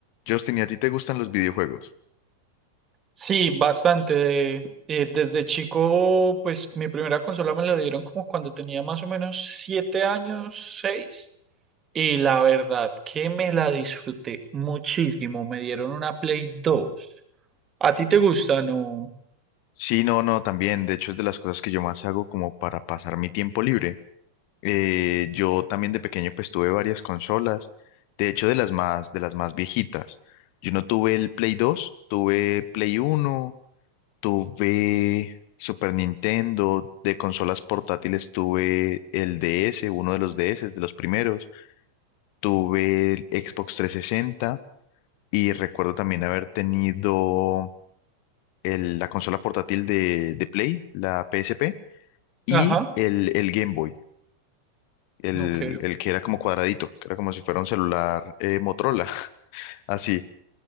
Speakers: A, on the left; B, on the right.
A: Justin, ¿y a ti te gustan los videojuegos?
B: Sí, bastante. Eh, desde chico, pues mi primera consola me la dieron como cuando tenía más o menos siete años, seis. Y la verdad que me la disfruté muchísimo. Me dieron una Play dos. ¿A ti te gusta, no?
A: Sí, no, no, también. De hecho, es de las cosas que yo más hago como para pasar mi tiempo libre. Eh, yo también de pequeño pues tuve varias consolas. De hecho, de las más, de las más viejitas. Yo no tuve el Play 2, tuve Play uno, tuve Super Nintendo. De consolas portátiles tuve el DS, uno de los DS, de los primeros. Tuve el Xbox trescientos sesenta y recuerdo también haber tenido el- la consola portátil de, de Play, la PSP, y
B: Ajá,
A: el, el Game Boy, el,
B: ok. ok.
A: el que era como cuadradito, que era como si fuera un celular eh, Motorola, <laughs> así.